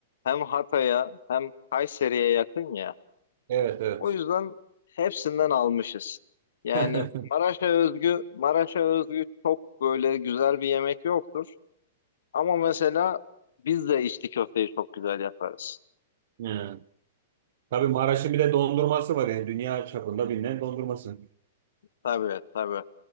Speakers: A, on the left; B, on the right.
A: hem Hatay'a hem Kayseri'ye yakın ya.
B: Evet, evet.
A: O yüzden hepsinden almışız. Yani
B: <laughs>
A: Maraş'a özgü Maraş'a özgü çok böyle güzel bir yemek yoktur. Ama mesela biz de içli köfteyi çok güzel yaparız.
B: Yani. Tabii Maraş'ın bir de dondurması var yani dünya çapında bilinen dondurması.
A: Tabii tabii.